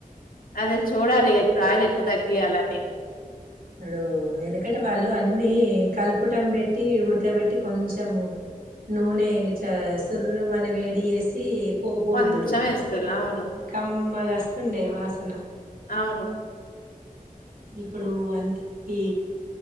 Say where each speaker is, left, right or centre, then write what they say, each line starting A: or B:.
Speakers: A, on the left (about 80°); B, on the right (about 85°).
A: అదే చూడాలి ఇప్పుడు ఆయిల్ ఎట్లా తగ్గియాలని
B: అప్పుడు వెనకటి వాళ్లు అన్ని కలుపటం పెట్టి ఉడకబెట్టి కొంచెం నూనె ఇట్లా సురుమని వేడి చేసి పబ్బోద్దురు
A: కొంచెం ఏస్తరు అవును
B: కమ్మ గస్తుండే వాసన
A: అవును
B: ఇప్పుడు అందరికీ